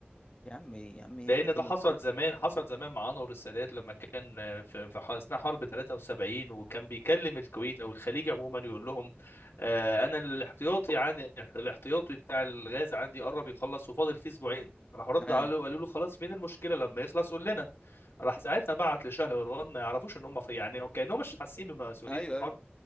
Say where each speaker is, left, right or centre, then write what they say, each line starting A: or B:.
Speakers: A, on the left (about 25°); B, on the left (about 80°).
A: يا عم يا عم انت
B: لان
A: كلك
B: ده حصل زمان حصل زمان مع انور السادات لما كان في في ح- اثناء حرب 73 وكان بيكلم الكويت او الخليج عموما يقول لهم آه، انا الاحتياطي عن الاحتياطي بتاع الغاز عندي قرب يخلص وفاضل فيه اسبوعين راحوا رد
A: ايوه
B: عليه وقالوا له خلاص فين المشكله لما يخلص قول لنا راح ساعتها بعت لشاه ايران ما يعرفوش ان هم في يعني كانهم مش حاسين بمسؤوليه
A: ايوه
B: الحرب